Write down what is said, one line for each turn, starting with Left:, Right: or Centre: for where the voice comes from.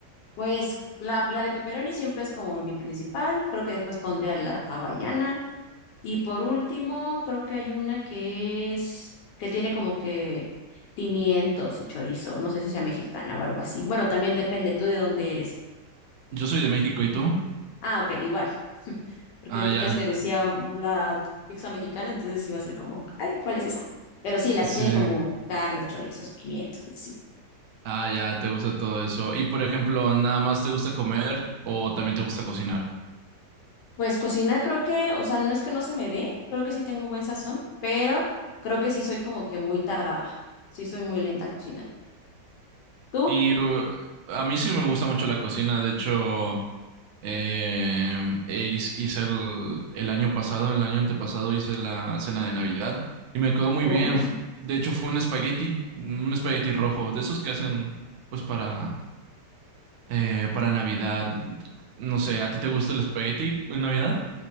Left: Pues la, la de pepperoni siempre es como mi principal, creo que después pondría la hawaiana. Y por último, creo que hay una que es, que tiene como que pimientos y chorizo. No sé si sea mexicana o algo así. Bueno, también depende tú de dónde eres.
Right: Yo soy de México, ¿y tú?
Left: Ah, ok, igual. Porque
Right: Ah,
Left: qué
Right: ya,
Left: tal si te decía la pizza mexicana, entonces iba a ser como, ay, ¿cuál es esa? Pero sí, la
Right: sí.
Left: que tiene como carne, chorizos, pimientos, y sí.
Right: Ah, ya, te gusta todo eso. Y por ejemplo, ¿nada más te gusta comer o también te gusta cocinar?
Left: Pues cocina creo que, o sea, no es que no se me dé, creo que sí tengo buen sazón, pero creo que sí soy como que muy tardada. Sí soy muy lenta cocinando. ¿Tú?
Right: Y uh, a mí sí me gusta mucho la cocina, de hecho, Eh, e hice hice el, el año pasado, el año antepasado hice la cena de Navidad y me quedó muy
Left: Oh.
Right: bien. F- De hecho, fue un espagueti, un espagueti rojo, de esos que hacen pues para, eh, para Navidad. No sé, ¿a ti te gusta el espagueti en Navidad?